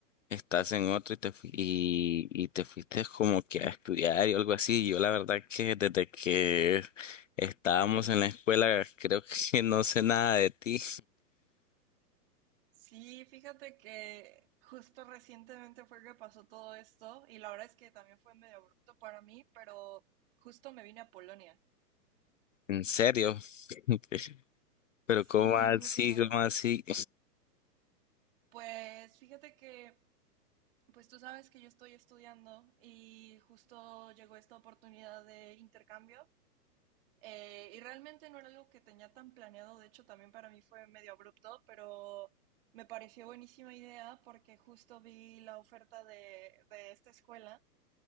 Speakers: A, on the left (about 50°); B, on the right (about 35°).
A: estás en otro y te, fui- y, y te fuiste como que a estudiar y algo así. Yo la verdad que desde que estábamos en la escuela creo que no sé nada de ti.
B: Sí, fíjate que justo recientemente fue que pasó todo esto y la verdad es que también fue medio abrupto para mí, pero justo me vine a Polonia.
A: <laughs> En serio. <laughs> Pero
B: Sí,
A: ¿cómo así?
B: justo.
A: ¿Cómo así?
B: Pues fíjate que, pues tú sabes que yo estoy estudiando y justo llegó esta oportunidad de intercambio Eh, y realmente no era algo que tenía tan planeado, de hecho también para mí fue medio abrupto, pero me pareció buenísima idea porque justo vi la oferta de, de esta escuela